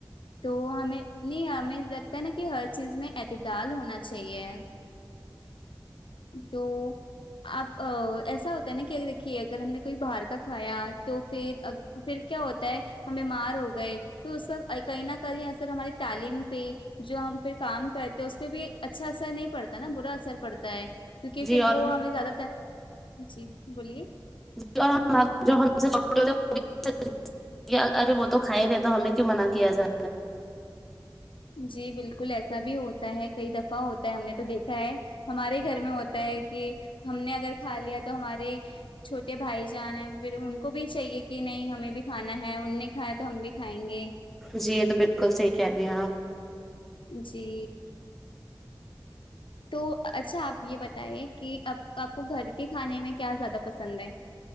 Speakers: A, on the left (about 80°); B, in the centre.
A: تو ہمیں یہ ہمیں لگتا ہے نا کہ ہر چیز میں اہتےدال ہونا چاہیے تو آپ ایسا ہوتا ہے نا کہ دیکھیے اگر ہم نے کوئی باہر کا کھایا تو پھر پھر کیا ہوتا ہے ہم بیمار ہو گئے تو اس کا کہیں نہ کہیں اثر ہماری تعلیم پہ جو ہم پھر کام کرتے اس پہ بھی اچھا اثر نہیں پڑتا نا برا اثر پڑتا کیونکہ
B: جی
A: پھر وہ
B: اور
A: ہمیں زیادہ تر جی بولیے
B: <unintelligible> ارے وہ تو کھائے نہیں تو ہمیں کیوں منا کیا جائے
A: جی بالکل ایسا بھی ہوتا ہے کئی دفعہ ہوتا ہے ہم نے تو دیکھا ہے ہمارے گھر میں ہوتا ہے کہ ہم نے اگر کھا لیا تو ہمارے چھوٹے بھائی جان ہیں پھر ان کو بھی چاہیے کہ نہیں ہمیں بھی کھانا ہے ان نے کھایا تو ہم بھی کھائیں گے
B: جی یہ تو بالکل صحیح کہہ رہی ہیں آپ
A: جی تو اچھا آپ یہ بتائیے کہ آپ آپ کو گھر کے کھانے میں کیا زیادہ پسند ہے